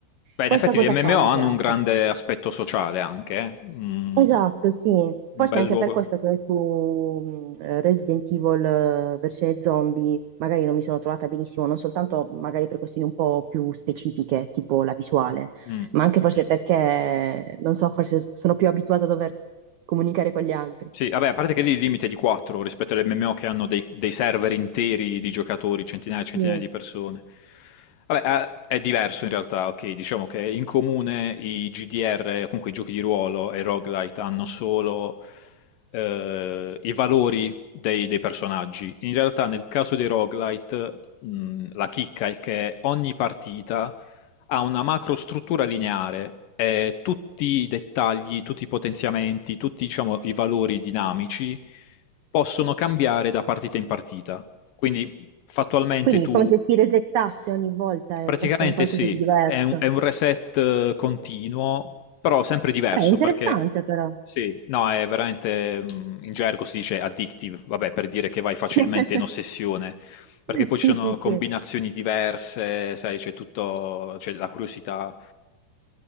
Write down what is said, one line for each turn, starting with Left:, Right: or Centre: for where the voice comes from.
Left: Beh,
Right: Questa
Left: in effetti
Right: cosa
Left: gli MMO
Right: qua mi
Left: hanno
Right: piace.
Left: un grande aspetto sociale anche, eh. Mm,
Right: Esatto, sì. Forse
Left: un bel
Right: è anche
Left: luogo.
Right: per questo che su mh, eh, Resident Evil eh, versione zombie magari non mi sono trovata benissimo, non soltanto magari per questioni un po' più specifiche, tipo la visuale,
Left: Mm.
Right: ma anche forse perché, non so, forse s- sono più abituata a dover comunicare con gli altri.
Left: Sì, vabbè, a parte che lì il limite è di 4 rispetto alle MMO che hanno dei, dei server interi di giocatori, centinaia
Right: Sì.
Left: e centinaia di persone. Vabbè, eh, è diverso in realtà, ok, diciamo che in comune i GDR, comunque i giochi di ruolo e i roguelite hanno solo eh, i valori dei, dei personaggi. In realtà nel caso dei roguelite, mh, la chicca è che ogni partita ha una macrostruttura lineare e tutti i dettagli, tutti i potenziamenti, tutti, diciamo, i valori dinamici possono cambiare da partita in partita. Quindi fattualmente
Right: Quindi
Left: tu
Right: come se si resettasse ogni volta
Left: Praticamente
Right: e fosse un qualcosa
Left: sì,
Right: di diverso.
Left: è un, è un reset eh, continuo, però sempre diverso
Right: Beh, interessante
Left: perché
Right: però.
Left: sì, no, è veramente mm, in gergo si dice addictive, vabbè, per dire che vai facilmente
Right: <laughs>
Left: in ossessione, perché poi
Right: Sì,
Left: ci sono
Right: sì, sì.
Left: combinazioni diverse, sai, c'è tutto, c'è la curiosità